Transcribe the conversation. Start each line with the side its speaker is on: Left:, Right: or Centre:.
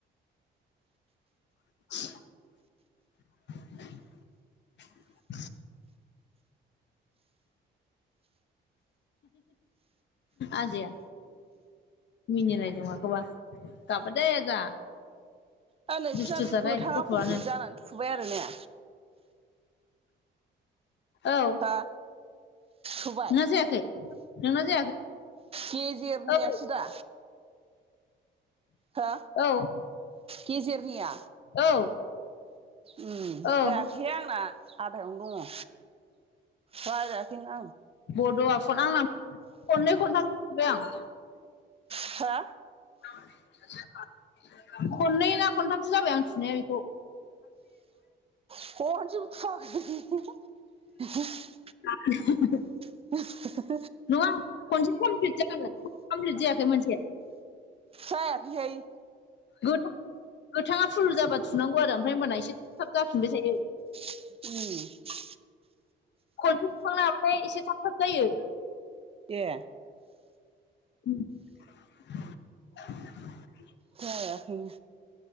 Left: <inaudible> आजाया। मिनिलायदों माखौबा गाबा दे आजा।
Right: ओ नोंसोरना
Left: दुस्थु
Right: बे
Left: जाथाय
Right: गोथाङा
Left: गथ'आनो
Right: कमप्लिट जानानै थुबाय आरो ने
Left: औ।
Right: हा नुबाय
Left: नोंना जायाखै नोंना जायाखै
Right: ‌गेजेरनियासो‌
Left: औ
Right: दा हो
Left: औ
Right: गेजिरनिया
Left: औ
Right: उम
Left: ओं
Right: जायाखै आंना आधायावनो दङ। रायजायाखैनो
Left: बड'आ फन आं खननै खन्थाम थुबाय आं।
Right: हो
Left: <unintelligible> खननै ना खनथामसो जाबाय आं थुनाया बेखौ।
Right: <unintelligible>
Left: <unintelligible>
Right: <unintelligible>
Left: नङा खनसे कमप्लिट जाख कमप्लिट जायाखै मोनसे।
Right: जायाखै हाय।
Left: गोथां गोथाङा फुल जाबा थुनांगौ आरो ओमफ्राय हबाना एसे थाब थाब जाफिनबाय थायो।
Right: उम।
Left: खनसे सुखांनो हथाय एसे थाब थाब जायो।
Right: ए।
Left: <inaudible>
Right: खायाखै।